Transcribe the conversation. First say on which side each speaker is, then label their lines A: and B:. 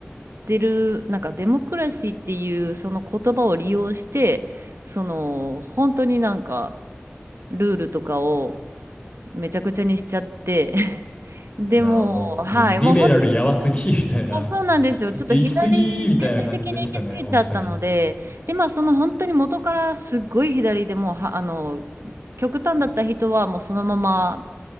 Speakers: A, on the right; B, on the left.
A: てる、なんかデモクラシーっていうその言葉を利用して、その本当になんかルールとかをめちゃくちゃにしちゃって、<laughs> でもう、
B: うん。なあ、もう、
A: はい、
B: もうリベラルやばすぎ、
A: もう本当に
B: みたいな。
A: あ、そうなんですよ。
B: <laughs>
A: ちょっと左全体的に行き過ぎちゃったので、
B: 行き過ぎ、みたいな感じでしたね、本当に。
A: で、まあその本当に元からすっごい左でもうは、あの、極端だった人はもうそのまま